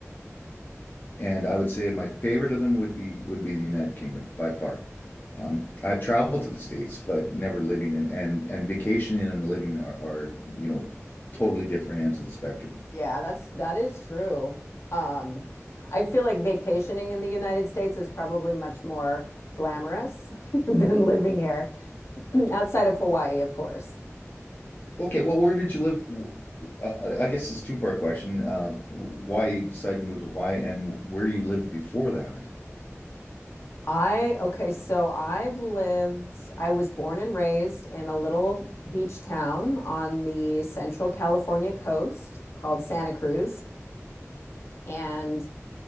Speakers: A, on the left; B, on the left.
A: And I would say my favorite of them would be would be the United Kingdom by far. Um, I've traveled to the States, but never living in and and vacationing and living are, are you know totally different ends of the spectrum.
B: Yeah, that's that is true. Um, I feel like vacationing in the United States is probably much more glamorous <laughs> than living here, <clears throat> outside of Hawaii, of course.
A: Okay, well, where did you live? Uh, I guess it's a two-part question. Uh, why you decided to move to Hawaii and where you lived before that?
B: I, okay, so I've lived, I was born and raised in a little beach town on the central California coast called Santa Cruz. And